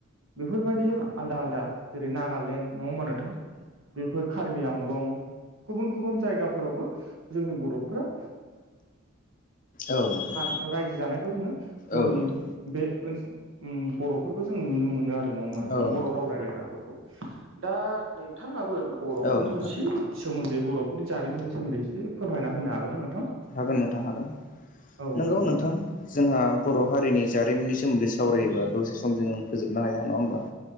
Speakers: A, on the right; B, on the left.
A: बेफोरबायदि आलदा आलदा जेरै नागालेण्ड नङा होमबा नोंथां बेफोर कारबि आंलं गुबुन गुबुन जायगाफोरावबो जोंनि बर'फ्रा
B: औ नोंथां
A: रायजो जानायखौ जोङो जोंनि
B: औ नोंथां
A: बे ओनसोल बर'फोरखौ जों नुनो मोनो आरो नङा होमबा
B: औ नोंथां
A: बर' राव रायलायग्राफोरखौ दा नोंथाङाबो बर'फोरनि
B: औ नोंथां
A: एसे सोमोन्दै बर'फोरनि जारिमिननि सोमोन्दै एसे फोरमायना होनो हागोन ना नोंथां
B: हागोन नोंथां हागोन
A: औ
B: नोंगौ
A: नंगौ
B: नोंथां जोंहा बर' हारिनि जारिमिननि सोमोन्दै सावरायोबा दसे सम जों फोजोबनो हाया नङा होमबा